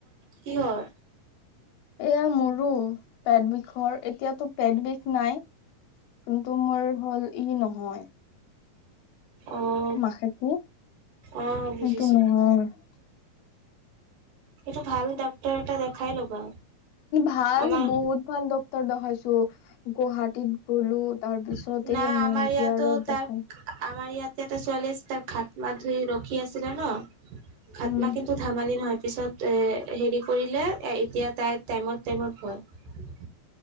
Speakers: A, on the right; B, on the left.
A: কি হল?
B: এয়া মোৰো পেট বিষ ঘৰ এতিয়াতো পেট বিষ নাই, কিন্তু মোৰ হ'ল ই নহয়।
A: আহ,
B: মাহেকী
A: আহ, বুজিছো।
B: সেইটো নহয়
A: সটো ভাল ডাক্তৰ এটা দেখাই ল'বা।
B: ভাল
A: আমাৰ
B: বহুত ভাল ডক্তৰ দেখাইছো গুৱাহাটীত গলো তাৰ পিছত
A: ন,
B: এই
A: আমাৰ
B: নিম
A: ইয়াতো
B: কেয়াৰত
A: ত
B: দেখাই
A: আমাৰ ইয়াত যে এটা ছোৱালী আছে, তাৰ খাট মা ধুই ৰখি আছিলে ন, খাট
B: উম
A: মাহ কিন্তু ধেমালি নহয় পিছত হেৰি কৰিলে এতিয়া তাই টাইমত, টাইমত হয়।